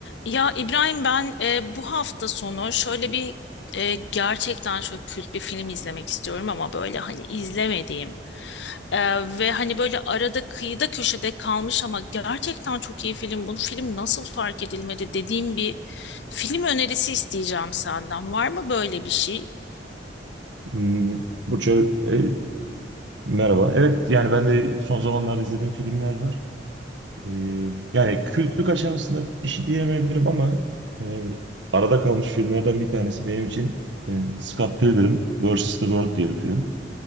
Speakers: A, on the left; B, on the right.
A: Ya İbrahim ben e, bu hafta sonu şöyle bir e, gerçekten çok kült bir film izlemek istiyorum ama böyle hani izlemediğim e, ve hani böyle arada kıyıda köşede kalmış ama gerçekten çok iyi film. Bu film nasıl fark edilmedi dediğim bir film önerisi isteyeceğim senden. Var mı böyle bir şey?
B: Hmm, Burça, e, merhaba. Evet, yani ben de son zamanlarda izlediğim filmler var. E, yani kültlük aşamasında bir şey diyemeyebilirim ama e, arada kalmış filmlerden bir tanesi benim için e, Scott Pilgrim vs. The World diye bir film.